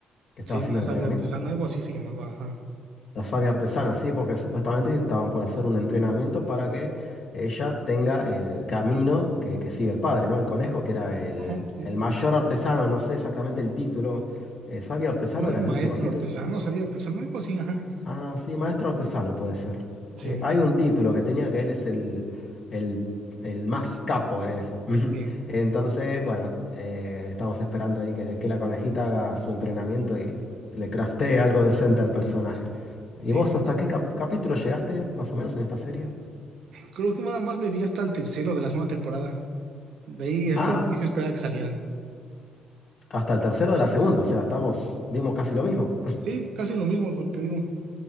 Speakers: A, on the left (about 60°); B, on the right (about 75°).
A: Que estaba
B: Sí,
A: haciendo
B: una
A: el
B: sabia
A: entrenamiento.
B: artesana, algo así se llamaba, ajá.
A: La savia artesana, sí, porque supuestamente estaban por hacer un entrenamiento para que ella tenga el camino que, que sigue el padre, ¿no? El conejo, que era el,
B: Ajá, pu-
A: el mayor artesano, no sé exactamente el título. Eh, ¿sabio artesano
B: no era
A: era
B: maestro
A: el último título?
B: artesano, sabio artesano, algo así, ajá.
A: Ah, sí, maestro artesano puede ser.
B: Sí,
A: Eh, hay un título que tenía que él es el, el- el más capo en eso. <laughs>
B: sí,
A: Entonces, bueno, eh, estamos esperando ahí que, que la conejita haga su entrenamiento y le craftee algo decente al personaje. ¿Y
B: sí,
A: vos
B: sí,
A: hasta
B: sí.
A: qué cap- capítulo llegaste, más o menos, en esta serie?
B: Creo que nada más me vi hasta el tercero de la segunda temporada. De ahí, este,
A: Ah,
B: quise esperar a que salieran.
A: hasta el tercero de la segunda, o sea, estamos, vimos casi lo mismo. <laughs>
B: Sí, casi lo mismo, pero te digo.